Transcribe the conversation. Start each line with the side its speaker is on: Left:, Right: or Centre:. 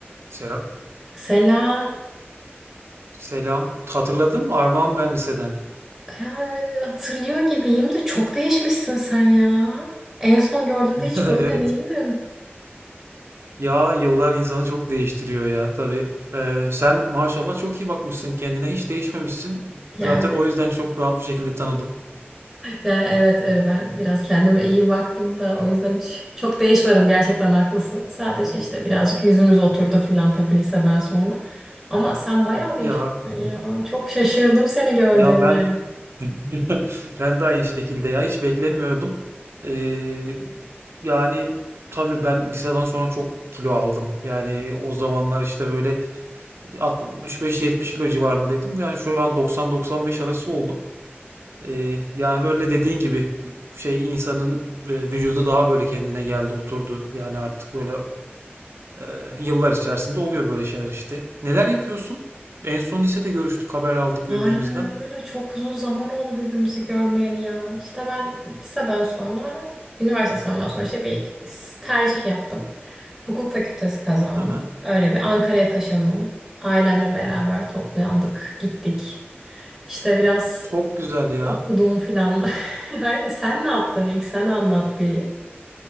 Right: Serap.
Centre: Selam.
Right: Selam. Hatırladın mı? Armağan ben liseden.
Centre: Ya, hatırlıyor gibiyim de çok değişmişsin sen ya. En son gördüğümde
Right: <laughs>
Centre: hiç böyle
Right: Evet.
Centre: değildin.
Right: Ya yıllar insanı çok değiştiriyor ya. Tabii. Ee, sen maşallah çok iyi bakmışsın kendine. Hiç değişmemişsin.
Centre: Yani,
Right: Zaten o yüzden çok rahat bir şekilde tanıdım.
Centre: yani evet e, ben biraz kendime iyi baktım da o yüzden hiç çok değişmedim gerçekten haklısın. Sadece işte birazcık yüzümüz oturdu filan tabii liseden sonra. Ama sen bayağı
Right: Ya
Centre: değişmişsin ya. Çok şaşırdım seni gördüğümde.
Right: ya ben <laughs> ben de aynı şekilde ya hiç beklemiyordum. Ee, yani tabii ben liseden sonra çok kilo aldım. Yani o zamanlar işte böyle 65-70 kilo civarındaydım. Yani şu an 90-95 arası oldum. Ee, yani böyle dediğin gibi şey insanın e, vücudu daha böyle kendine geldi, oturdu. Yani artık böyle e, yıllar içerisinde oluyor böyle şeyler işte. Neler yapıyorsun? En son lisede görüştük, haber aldık
Centre: Aynen
Right: birbirimizden.
Centre: öyle. Çok uzun zaman oldu birbirimizi görmeyeli ya. İşte ben liseden sonra, üniversite sınavından sonra işte bir s- tercih yaptım. Hukuk fakültesi kazandım.
Right: Hı hı.
Centre: Öyle bir Ankara'ya taşındım. Ailemle beraber toplandık, gittik. İşte biraz
Right: Çok güzel ya.
Centre: okudum filan. <laughs> Öyle sen ne yaptın ilk? Sen anlat bir.